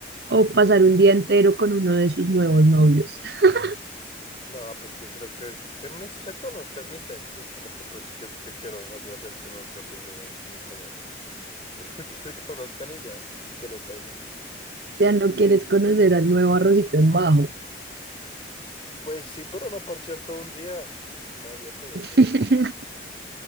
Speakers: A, on the right; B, on the left.
A: o pasar un día entero con uno de sus nuevos novios? <laughs>
B: No, pues prefiero que, que me, se conozcan mis exes, como que pues, que, que quiero yo hacer con otra persona que ni conozco. <laughs> Que se conozcan y ya, y que lo peguen.
A: O sea, no quieres conocer al nuevo arrocito en bajo.
B: Pues sí, pero no parchear todo un día, me daría pereza.
A: <laughs>